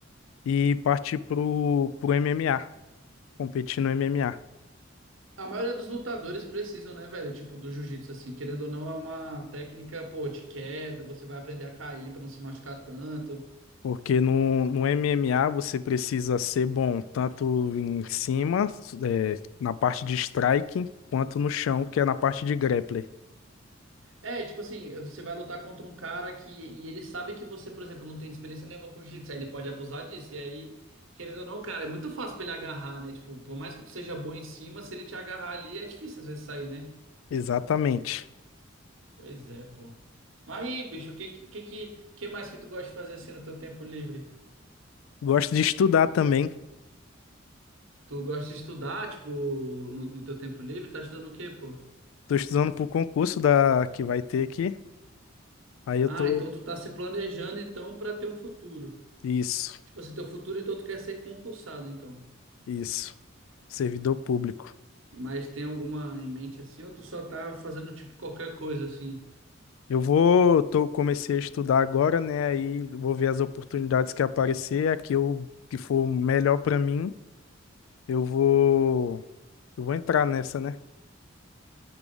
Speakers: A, on the left; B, on the right.
A: e partir pro, pro MMA, competir no MMA.
B: A maioria dos lutadores precisam, né, velho? Tipo, do jiu-jitsu, assim, querendo ou não, é uma técnica, pô, de queda, você vai aprender a cair pra não se machucar tanto.
A: Porque no, no MMA você precisa ser bom tanto em cima, é, na parte de striking, quanto no chão, que é na parte de grappler.
B: É, tipo assim, você vai lutar contra um cara que. E ele sabe que você, por exemplo, não tem experiência nenhuma com jiu-jitsu. Aí ele pode abusar disso. E aí, querendo ou não, cara, é muito fácil pra ele agarrar, né? Tipo, por mais que tu seja bom em cima, se ele te agarrar ali, é difícil às vezes sair, né?
A: Exatamente.
B: Pois é, pô. Mas aí, bicho, o que, que, que, que mais que tu gosta de fazer assim no teu tempo livre?
A: Gosto de estudar também.
B: Tu gosta de estudar, tipo, no, no teu tempo livre? Tá estudando o quê, pô?
A: Tô estudando pro concurso da que vai ter aqui. Aí eu
B: Ah,
A: tô.
B: então tu tá se planejando, então, pra ter um futuro.
A: Isso,
B: Tipo assim, teu futuro, então tu quer ser concursado, então.
A: isso. Servidor público.
B: Mas tem alguma em mente assim, ou tu só tá fazendo tipo qualquer coisa assim?
A: Eu vou, tô, comecei a estudar agora, né? Aí vou ver as oportunidades que aparecer, a que eu, que for melhor pra mim, eu vou, eu vou entrar nessa, né?